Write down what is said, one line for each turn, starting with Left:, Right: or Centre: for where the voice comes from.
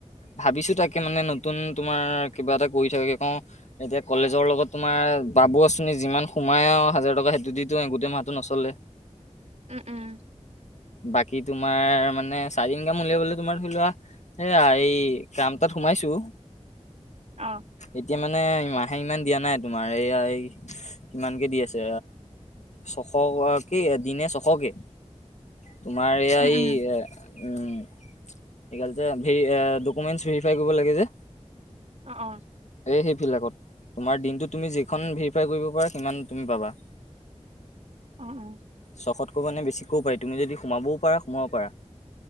Left: ভাবিছো তাকে মানে নতুন তোমাৰ কিবা এটা কৰি থাকে কওঁ। এতিয়া কলেজৰ লগত তোমাৰ বাবু আঁচনি যিমান সোমাই আৰু হাজাৰ টকা সেইটো দিতো গোটেই মাহটো নচলে। <inaudible>
Right: উম, উম।
Left: বাকী তোমাৰ মানে চাইড ইনকাম উলিয়াবলৈ তোমাৰ ধৰি লোৱা এয়া এই কাম এতাত সোমাইছো।
Right: অ'।
Left: এতিয়া মানে মাহে ইমান দিয়া নাই তোমাৰ এইয়া এই কিমানকে দি আছে। ছশ কি দিনে ছশকে। তোমাৰ এইয়া
Right: উম,
Left: ই
Right: উম,
Left: উম এইগাল যে হেৰি ডকুমেণ্টচ ভেৰিফাই কৰিব লাগে যে।
Right: অ', অ'।
Left: এই সেইবিলাকত। তোমাৰ দিনটো তুমি জেইখন ভেৰিফাই কৰিব পাৰা সিমান তুমি পাবা।
Right: অ',
Left: ছশতকৈ মানে বেছিকৈও পাৰি তুমি যদি সোমাবও পাৰা সোমাব পাৰা।